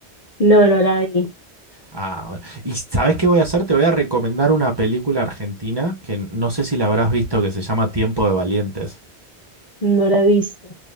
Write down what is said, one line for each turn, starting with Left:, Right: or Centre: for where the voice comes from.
Left: No, no la vi,
Right: Ah, bueno. ¿Y sabes qué voy a hacer? Te voy a recomendar una película argentina que no sé si la habrás visto, que se llama Tiempo de Valientes.
Left: no la he visto.